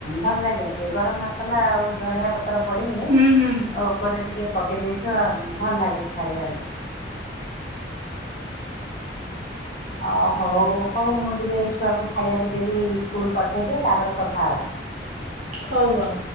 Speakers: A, on the left; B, on the right.
A: ଭଲ ଲାଗେ ଟିକେ ଗରମ ମସଲା ଆଉ ଧଣିଆ ପତ୍ର ପଡିକି
B: ହୁଁ ହୁଁ
A: ଉପରେ ଟିକେ ପକେଇ ଦେଇେଥ ଭଲ ଲାଗେ ଖାଇବାକୁ। ଅ ହଉ ହଉ ମୁଁ ଟିକେ ଏଇ ଛୁଆକୁ ଖାଇଆକୁ ଦେଇକି ସ୍କୁଲ ପଠେଇଦିଏ ତାପରେ କଥା ହେବା। ହ <inaudible>
B: ହଉ ହଉ।